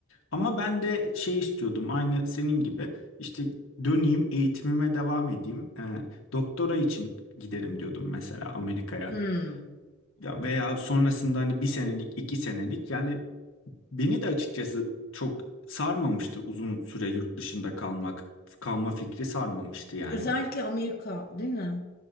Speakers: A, on the left (about 75°); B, on the left (about 45°).
A: Ama ben de şey istiyordum aynı senin gibi işte döneyim eğitimime devam edeyim E, doktora için giderim diyordum mesela Amerika'ya.
B: Hmm.
A: Ya veya sonrasında hani bir senelik iki senelik yani Beni de açıkçası çok sarmamıştı uzun süre yurt dışında kalmak. Kalma fikri sarmamıştı yani.
B: Özellikle Amerika, değil mi?